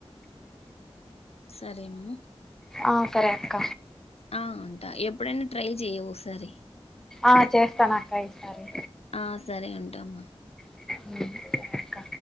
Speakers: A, on the left; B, in the centre.
A: సరే మను
B: ఆ సరే అక్క.
A: ఆ ఉంటా ఎప్పుడైనా ట్రై చెయ్ ఓసారి
B: ఆ చేస్తానక్క ఈసారి
A: ఆ సరే ఉంటమ్మా
B: ఉమ్ సరే అక్క